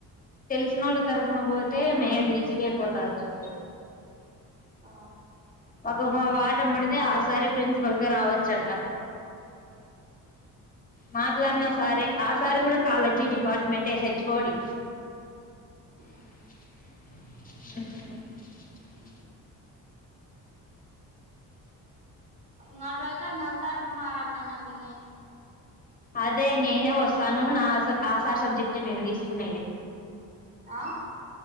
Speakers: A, on the left (about 20°); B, on the right (about 20°).
A: తెలుసినో తరుపున పోతే మేలు ఈజీగా అయిపోతది
B: ఆ
A: ఒక వాట ముడితే ఆ సార ప్రిన్సిపల్ గా రావచ్చంట మాట్లాడిన సారే ఆ సారి కూడా కాలజీ డిపార్ట్మెంటట్ హెచ్ఓడి
B: ఉమ్
A: ఉమ్
B: మాట్లా అయితే అంతా ఇప్పుడు <unintelligible> అప్పుడి
A: అదే నేనే వస్తాను నా నా సార్ సబ్జెక్ట్ ఏ మేము తీసుకునేది
B: ఆ